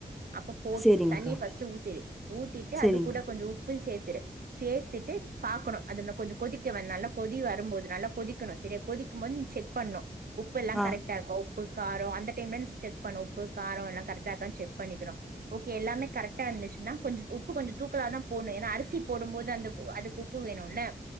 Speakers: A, on the right; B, in the centre.
A: அப்ப போ
B: சேரிங்க்கா,
A: தண்ணிய ஃப்ர்ஸ்ட்டு ஊத்திடு ஊத்திட்டு
B: சேரிங்க்கா.
A: அது கூட கொஞ்சி உப்பு சேத்து சேத்துட்டு பாக்கணு அது கொஞ்சோ கொதிக்கால கொதி வரும்போதுனால கொதிக்கணு சரிய கொதிக்கும்போது செக் பண்ணு உப் எல்லா
B: ஆ,
A: கரெக்டடா இருக்கா உப்பு காரம் அந்த டைம்ல செக் பண்ணும் உப்பு காரம் எல்லாம் கரெக்டா இருக்க செக் பண்ணிக்கணும் ஓகே எல்லாமே கரெக்டா இருந்துச்சுன்னா கொஞ்சம் உப்பு கொஞ்சம் தூக்கலாதான் போணும் ஏன்னா அரிசி போடும் போது அந்த அதுக்கு உப்பு வேணும்ல